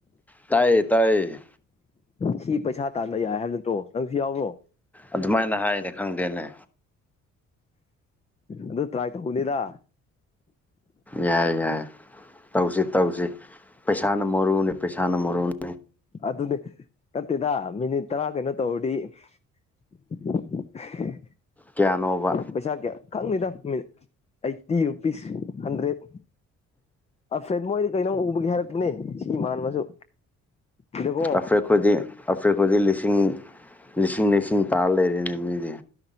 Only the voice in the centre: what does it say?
ꯇꯥꯏꯌꯦ ꯇꯥꯏꯌꯦ
ꯑꯗꯨꯃꯥꯏꯅ ꯍꯥꯏꯅꯦ ꯈꯪꯗꯦꯅꯦ
ꯌꯥꯏ ꯌꯥꯏ ꯇꯧꯁꯤ ꯇꯧꯁꯤ ꯄꯩꯁꯥꯅ ꯃꯔꯨꯅꯤ ꯄꯩꯁꯥꯅ ꯃꯔꯨꯅꯤ
ꯀꯌꯥꯅꯣꯕ
ꯑꯐ꯭ꯔꯦꯠ ꯈꯣꯏꯗꯤ ꯑꯐ꯭ꯔꯦꯠ ꯈꯣꯏꯗꯤ ꯂꯤꯁꯤꯡ ꯂꯤꯁꯤꯡ ꯂꯤꯁꯤꯡ ꯇꯥꯜ ꯂꯩꯔꯦꯅꯦ ꯃꯤꯗꯤ